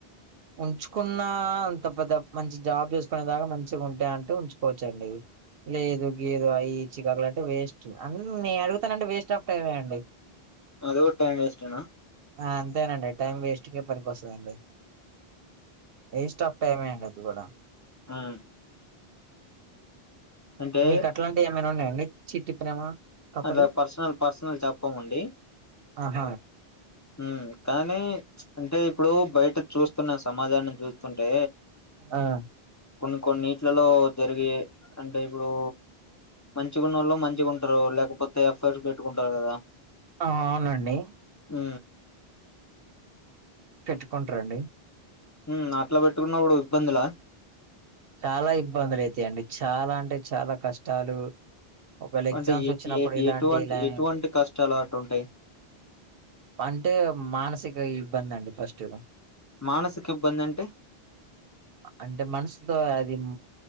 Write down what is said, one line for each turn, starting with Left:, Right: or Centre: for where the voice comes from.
Right: ఉంచుకున్న అంత పెద్ద మంచి జాబ్ జెసుకునే దాకా మంచిగా ఉంటా అంటే ఉంచుకోవచ్చఅండి లేదు గేదు అవి ఇచ్చికకుల అంటే వేస్ట్ అన్నీ అడుగుతానంటే వేస్ట్ ఆఫ్ టైమ్ అండి
Left: అది గూడా టైం వేస్ట్ యేన
Right: ఆ అంతేనండి టైం వెస్ట్కె పనికి వస్తుదండి వేస్ట్ ఆఫ్ టైం యే అండి అది గూడా
Left: మ్ అంటే
Right: మీకు అట్లావి ఏమైనా ఉన్నాయండి చిట్టి ప్రేమ కథలు
Left: అట్లా పర్సనల్ పర్సనల్ చెప్పమండి
Right: ఆహ
Left: మ్ కానీ అంటే ఇప్పుడు బయట చూస్తున్నా సమాజాన్నీ దుస్తుంటే
Right: ఆ
Left: కొన్ని కొన్నిట్లలో జరిగే అంటే ఇబుడు మంచిగునోళ్ళు మంచిగ ఉంటరు లేకపోతే ఎఫైర్ పెట్టుకుంటారు గదా
Right: ఆ అవునండి
Left: మ్
Right: పెట్టుకొంట్ర అండి
Left: ఊ అట్లా పెట్టుకున్నబ్బడు ఇబ్బంది లా
Right: చాలా ఇబ్బందులు అయితాయండి చాలా అంటే చాలా కష్టాలు ఒకవేళ ఎగ్జామ్స్
Left: అంటే ఏ
Right: వచ్చినప్పుడు
Left: ఏ
Right: ఇలాంటి
Left: ఎటువంటి
Right: ఇలాం
Left: ఎటువంటి కష్టాలు అటుంటాయి
Right: అంటే మానసిక ఇబ్బందండి ఫస్ట్
Left: మానసిక ఇబ్బందంటే
Right: అంటే మనసుతో అది మ్